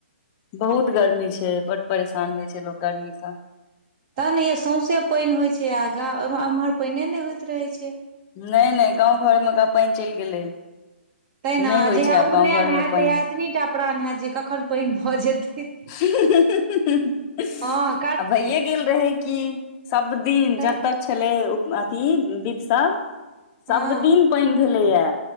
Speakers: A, on the left; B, on the right.
A: बहुत गर्मी छैय, बड़ परेशान होय छैय लोक गर्मी सँ।
B: त ने यै सौँसे पानि होय छैय, आ गाँ आ एम्हर पानिये नहि होइत रहै छै।
A: नहि नहि गाँंव घरमे कऽ पानि चलि गेलै।
B: तैं ने
A: नहि होइ
B: जहिया
A: छै आब
B: उपनयन
A: गाँव घर मे
B: हैत
A: पानि
B: तहिया एतनीटा प्राण हैत जे कखन पानि भऽ जेतै।
A: हुँ-हुँ-हुँ-हुँ
B: हँ अ
A: आ भइये गेल रहै की। सब दिन
B: तै
A: जतय छलै, अथी विध सब सभ
B: हँ
A: दिन। पानि भेलैये,